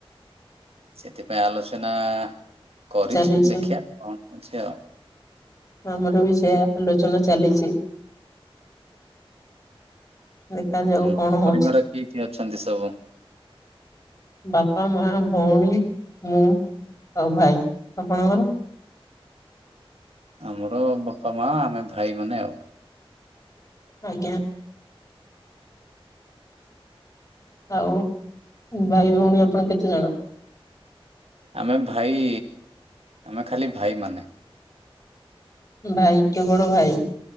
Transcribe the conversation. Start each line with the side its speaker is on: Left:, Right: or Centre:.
Right: ସେଥିପାଇଁ ଆଲୋଚନା କରିଛୁ
Left: ଚାଲିଛି
Right: ଦେଖିବା କଣ ହଉଛି ଆଉ।
Left: ଆମର ବି ସେଇ ଆଲୋଚନା ଚାଲିଛି। ଦେଖାଯାଉ
Right: ହୁଁ
Left: କଣ ହଉଛି।
Right: ପରିବାର କିଏ କିଏ ଅଛନ୍ତି ସବୁ?
Left: ବାପା ମା ଭଉଣୀ ମୁଁ ଆଉ ଭାଇ ଆପଣଙ୍କର?
Right: ଆମର ବାପା ମା ଆମେ ଭାଇ ମାନେ ଆଉ।
Left: ଆଜ୍ଞା। ଆଉ ଭାଇ ଭଉଣୀ ଆପଣ କେତେ ଜଣ?
Right: ଆମେ ଭାଇ ଆମେ ଖାଲି ଭାଇମାନେ।
Left: ଭାଇ କେବଳ ଭାଇ